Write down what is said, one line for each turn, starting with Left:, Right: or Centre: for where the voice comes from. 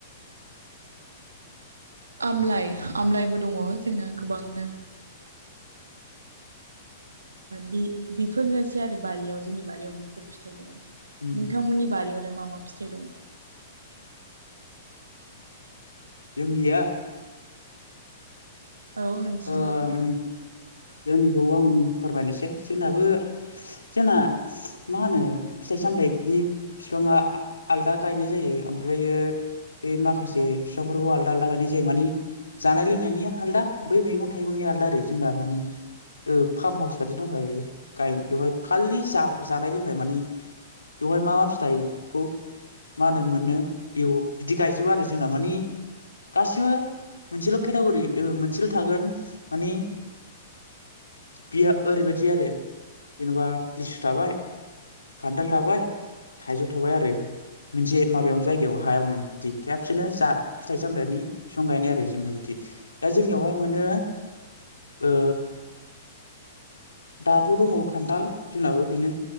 Right: आमलाइ आमलाइबो दङ जोंना गोबांनो बे बेफोरनोसै आरो बारियाव जोंनि बारियाव बेफोर फिथाइ दङ
Left: उम
Right: नोंथांमोननि बारियावलाय मा मा फिथाइ दं
Left: जोंनिया
Right: औ नोंसिनियाव
Left: ओ उम जोंनिखौ आं फोरमायनोसै जोंनाबो जोंना मा होनो फिथाइ सामथाइनि बिफाङा आलदा गायनाय जायो ओमफ्रायो बे माखासे बिफांफोरखौ आलदा आलादा गायनाय जायो मानि जानाय लोंनायनि आलदा बै मैगं थाइगंनि आलदा आरो जों दा मानि फार्म हाउस बायदि दंखायो गायन बेवहाय खालि जानाय लोंनाय मानि बेवहाय मा मा फिथाइखौ मा होनो मोनो बेयाव बिदि गायजोबो आरो जोंना मानि गासिबो मोनसेल' केटागरि मोनसेल' थागोन मानि बियो ओरैबायदि आरो जेनेबा लिसु थाबाय खान्थाल थाबाय थाइजौ थाबाय आरो मोनसे माबायावनो जायगायाव हायावनो बिदि खेबसेनो जा फिथाइ सामथाइनि बिफां गायनाय आरो जोंहा बिदि दा जोंनियावहाय मोनो ओ दाथ' दङ खान्थाल जोंनाबो बेनो